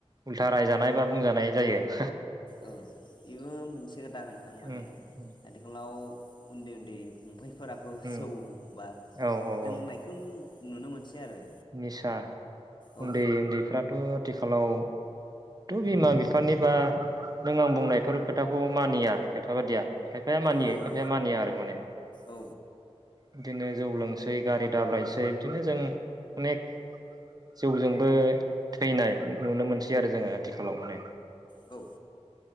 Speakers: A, on the right (about 35°); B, on the left (about 45°).
A: उल्था रायजानाय बा बुंजानाय जायो <inaudible>
B: औ बेबो मोनसे खोथा नोंथां माने
A: उम उम
B: आथिखालाव उन्दै उन्दै फंबायफोराबो
A: उम
B: जौ बा
A: औ औ
B: लोंनायखौ
A: औ
B: नुनो मोनसै आरो
A: निसा
B: औ
A: उन्दै उन्दैफ्राथ' आथिखालाव थ' बिमा बिफानिबा नों आं बुंनायफोर खोथाखौ मानिया खायफा बादिया खायफाया मानियो
B: नंगौ
A: खायफाया मानिया आरो माने
B: औ
A: बिदिनो जौ लोंसै गारि दाब्रायसै बिदिनो जों अनेक जौजोंबो थैनाय नुनो मोनसै आरो आरो जोङो आथिखालाव माने
B: औ